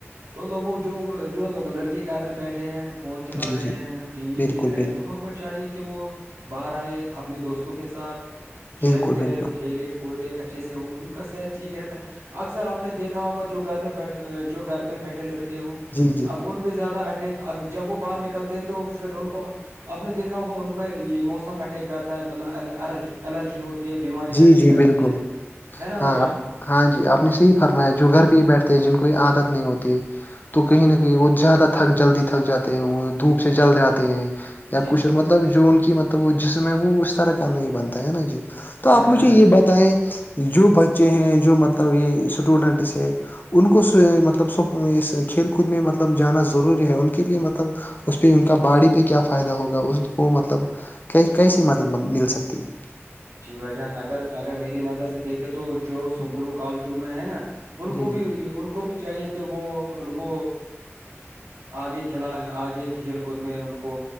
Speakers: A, on the right (about 85°); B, on the left (about 40°).
A: تو لوگوں جو جو لوگ لڑکی گھر میں بیٹھے ہیں فون چلا
B: جی
A: رہے
B: جی
A: ہیں ٹی وی
B: بالکل
A: دیکھ رہے ہیں
B: بالکل
A: تو ان کو چاہیے کہ کہ وہ باہر آئے اپنے دوستوں کے ساتھ شیئر
B: بالکل
A: کرے
B: بالکل
A: کھیل کودے اچھا اچھے سے وہ ان کا صحت ٹھیک رہتا ہے اکثر آپ نے دیکھا ہوگا جو گھر میں جو گھر میں بیٹھے لڑکے ہوں
B: جی جی
A: ان کو زیادہ اٹیک جب وہ باہر نکلتے تو پھر ان کو آپ نے دیکھا ہوگا ان پہ یہ موسم اٹیک کرتا ہے مطلب الرجی ہوتی ہے بیماری
B: جی
A: اٹیک
B: جی
A: کرتی
B: بالکل
A: ہے ہے نا
B: ہاں
A: بھائی چان
B: آپ ہاں جی آپ نے صحیح فرمایا جو گھر پہ ہی بیٹھتے ہیں جن کو عادت نہیں ہوتی ہے تو کہیں
A: جی
B: نہ کہیں کہ وہ زیادہ تھک جلدی تھک جاتے ہیں وہ دھوپ سے جل جاتے ہیں یا
A: جی
B: کچھ
A: جی
B: اور مطلب جو ان کی مطلب وہ جسم ہے وہ اس طرح کا نہیں بنتا ہے نا جی تو آپ
A: ہے
B: مجھے
A: نا
B: یہ بتائیں جو بچے ہیں جو مطلب یہ اسٹوڈنٹس ہے ان کو مطلب سب اس کھیل کود میں مطلب جانا ضروری ہے ان کے لیے مطلب اس پہ ان کا باڑی پہ کیا فائدہ ہوگا اس کو مطلب کی کیسی مدد مل سکتی ہے
A: جی بھائی جان اگر اگر میری نظر سے دیکھ تو جو سکولوں
B: جی
A: کالجوں میں ہے نا ان
B: جی
A: کو
B: جی
A: بھی ان کو کو بھی چاہیے کہ وہ ان کو آگے کھلا آگے کھیل کود میں ان کو